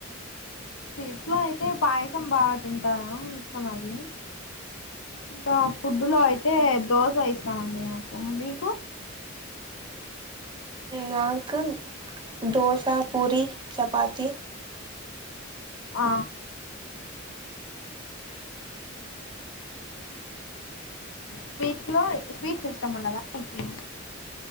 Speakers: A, on the left (about 75°); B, on the right (about 25°).
A: స్వీట్స్లో అయితే పాయసం బాగా తింటా ఇష్టం అది ఇంకా ఫుడ్లో అయితే దోశ ఇష్టం అండి నాకు మీకు.
B: నాకు దోసా, పూరి, చపాతి
A: ఆ స్వీట్స్ లో స్వీట్స్ ఇష్టముండదా నీకి